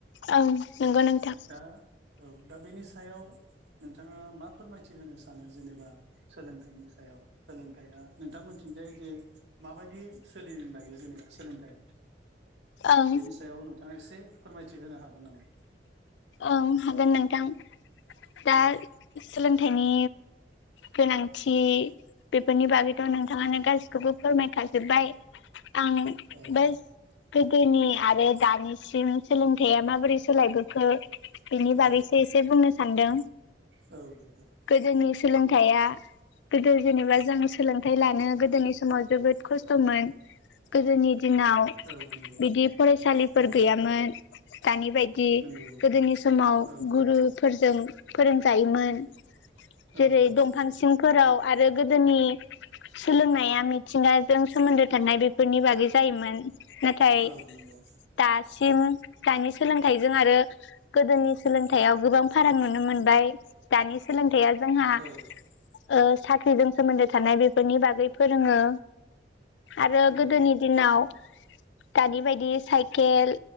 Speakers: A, on the left; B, on the right.
A: ओ नंगौ नोंथां।
B: दा औ दा बेनि सायाव नोंथाङा मा फोरमायथि होनो सानो जेनेबा सोलोंथाइनि सायाव सोलोंथाइया नोंथांमोनथिं थिंजाय जे माबायदि सोलि लायो जेनेबा सोलोंथाइया
A: ओं
B: बेनि सायाव नोंथाङा एसे फोरमायथि होनो हागोन नामा?
A: ओं हागोन नोंथां। दा
B: औ
A: सोलोंथाइनि गोनांथि बेफोरनि बागैथ' नोंथाङानो गासिखौबो फोरमायखाजोब्बाय आं
B: औ
A: बास गोदोनि आरो दानिसिम सोलोंथायया माबोरै सोलायबोखो बिनि
B: औ
A: बागैसो एसे बुंनो सानदों।
B: औ दे
A: गोदोनि सोलों थाइया गोदो जेनेबा जों सोलोंथाइ लानो गोदोनि समाव जोबोद खस्थ'मोन गोदोनि दिनाव
B: औ नंगौ
A: बिदि फरायसालिफोर
B: औ
A: गैयामोन। दानि बायदि
B: नंगौ
A: गोदोनि समाव
B: औ
A: गुरुफोरजों फोरोंजायोमोन
B: औ
A: जेरै
B: औ
A: दंफां सिंफोराव आरो गोदोनि सोलोंनाया मिथिंगाजों सोमोन्दो थानाय बेफोरनि बागै जायोमोन नाथाय
B: औ नंगौ
A: दासिम दानि सोलोंथाइजों आरो गोदोनि सोलोंथाइआव गोबां फाराग नुनो मोन ओमफ्राय दानि सोलोंथाइया जोंहा
B: औ
A: ओ साख्रिजों सोमोन्दो थानाय बेफोरनि बागै फोरोङो आरो
B: नंगौ
A: गोदोनि दिनाव
B: <inaudible>
A: दानि बायदि साइकेल